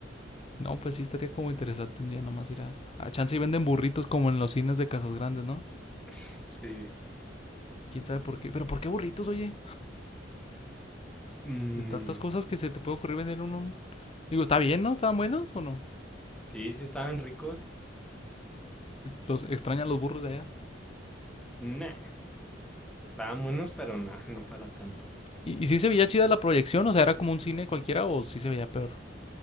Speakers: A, on the left (about 30°); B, in the centre.
A: No, pues sí estaría como interesante un día nomás ir a. A chance y venden burritos como en los cines de Casas Grandes, ¿no?
B: <laughs> sí.
A: Quién sabe por qué. Pero ¿por qué burritos, oye?
B: Mm,
A: De tantas cosas que se te puede ocurrir vender en un... Digo, ¿está bien, no? ¿Estaban buenos o no?
B: sí, sí estaban ricos.
A: Los extrañan los burros de allá.
B: Nah, estaban buenos, pero nah, no para tanto.
A: ¿Y, y sí se veía chida la proyección? O sea, ¿era como un cine cualquiera o sí se veía peor?